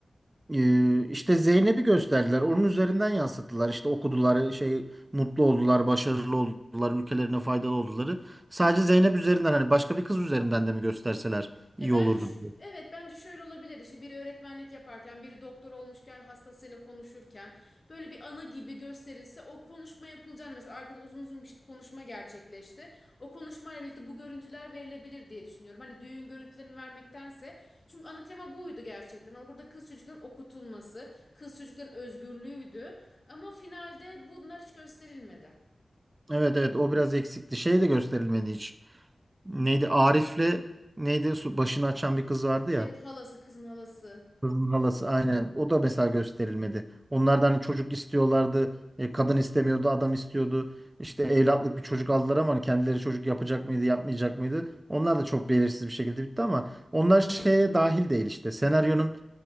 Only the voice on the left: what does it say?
Ya bence
şu-
evet bence şöyle olabilir işte biri öğretmenlik yaparken biri doktor olmuşken hastasıyla konuşurken böyle bir anı gibi gösterilse o konuşma yapılacağını mesela arkada uzun uzun bir konuşma gerçekleşti. O konuşmayla birlikte bu görüntüler verilebilir diye düşünüyorum. Hani düğün görüntülerini vermektense çünkü ana tema buydu gerçekten. Hani Orada burada kız çocukların okutulması, kız çocukların özgürlüğüydü ama finalde bunlar hiç gösterilmedi.
Evet halası kızın halası.